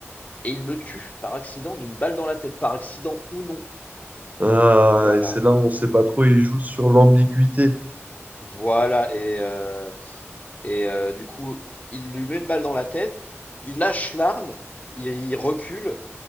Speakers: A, on the left; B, on the right.
A: et il le tue par accident d'une balle dans la tête, par accident ou non.
B: Ah,
A: Donc, Voilà,
B: et c'est là où on sait pas trop, il joue sur l'ambiguïté.
A: voilà et heu et heu, du coup, il lui met une balle dans la tête, il lâche l'arme, il il recule